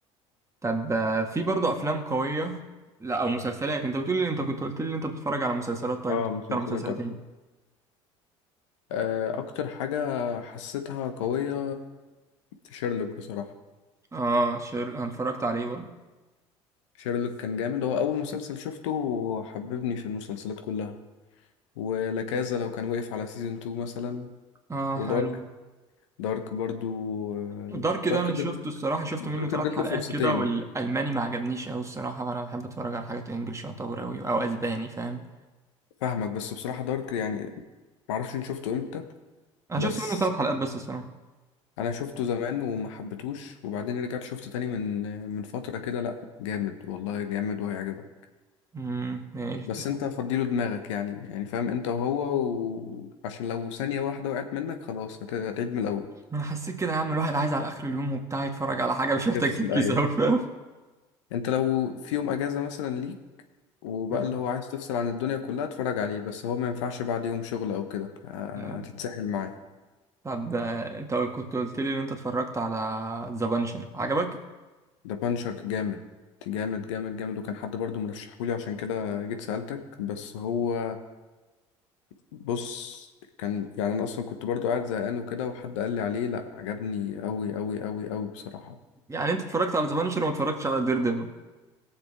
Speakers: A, on the right; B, on the left.
A: طب آه، في برضه افلام قويه لا او مسلسلات انت بتقول لي انت كنت قلت لي انت بتتفرج على مسلسلات طيب
B: اه
A: بتتفرج
B: مسلسلات
A: على مسلسلات
B: اكتر
A: ايه
B: آه، اكتر حاجة حسيتها قوية شيرلوك بصراحة
A: اه شر انا اتفرجت عليه برضه
B: شيرلوك كان جامد هو أول مسلسل شفته وحببني في المسلسلات كلها ولاكازا لو كان وقف على سيزون 2 مثلا
A: اه
B: ودارك
A: حلو
B: دارك برضو آه،
A: دارك
B: دارك
A: ده انا
B: ادت
A: شفته الصراحه شفت
B: دارك
A: منه ثلاث
B: ادت
A: حلقات
B: له فرصتين
A: كده والالماني ما عجبنيش قوي الصراحه فانا بحب اتفرج على حاجات انجلش يعتبر قوي او اسباني فاهم
B: فاهمك بس بصراحة دارك يعني معرفش إن شفته امتى
A: انا
B: بس
A: شفت منه ثلاث حلقات بس الصراحه
B: انا شفته زمان وما حبيتهوش وبعدين رجعت شفته تاني من من فترة كده لا جامد والله جامد وهيعجبك
A: امم ماشي
B: بس انت فضيله دماغك يعني يعني فاهم انت وهو وعشان لو ثانية واحدة وقعت منك خلاص هت- هتعيد من الاول
A: ما انا حسيت كده يا عم الواحد عايز على اخر اليوم وبتاع يتفرج على حاجه مش محتاج
B: يفصل
A: تركيز
B: ايوه
A: قوي فاهم
B: انت لو في يوم اجازه مثلا ليك وبقى
A: <laughs>
B: اللي هو عايز تفصل عن الدنيا كلها اتفرج عليه بس هو ما ينفعش بعد يوم شغل او كده ه-
A: أها.
B: هتتسحل معاه
A: طب آه، انت كنت قلت لي ان انت اتفرجت على ذا بانشر عجبك
B: ده بانشر جامد جامد جامد جامد وكان حد برضو مرشحهولي عشان كده جيت سألتك بس هو بص كان يعني انا اصلا كنت برضو قاعد زهقان وكده وحد قال لي عليه لا عجبني قوي قوي قوي قوي بصراحه
A: يعني انت اتفرجت على ذا بانشر وما اتفرجتش على دير ديفل